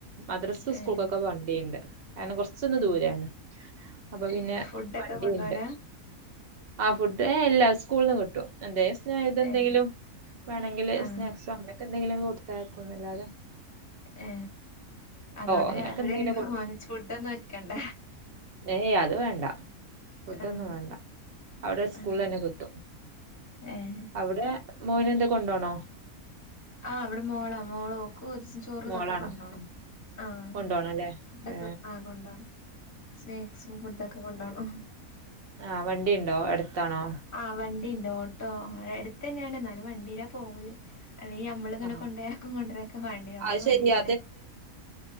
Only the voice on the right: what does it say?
മദ്രസ് സ്കൂൾക്കൊക്കെ
വണ്ടിയണ്ട്. കാരണം കൊറച്ചൊന്ന്
ദൂരാണ് അപ്പൊ പിന്നെ
വണ്ടിഇണ്ട്.
ആ ഫുഡ് എല്ല സ്കൂളന്ന് കിട്ടും. എന്ത ഇതെന്തെങ്കിലും
വേണെങ്കിൽ.
അങ്ങനത്തെന്തെങ്കിലും കൊടുത്തയക്കും അല്ലാതെ.
അങ്ങനെയൊക്കെ
എന്തെങ്കിലും
ഏ അത് വേണ്ട. ഫുഡ്
ഒന്നും വേണ്ട അവിടെ സ്കൂലെന്നെ
കിട്ടും.
അവിടെ, മോന് എന്ത് കൊണ്ടോണോ?
മോളാണോ
ഉം.
കൊണ്ടുപോകണം അല്ലേ
ഏ
ആഹ് വണ്ടിയുണ്ടോ എടുത്താണോ?
ആ
അത്
ശരിയാ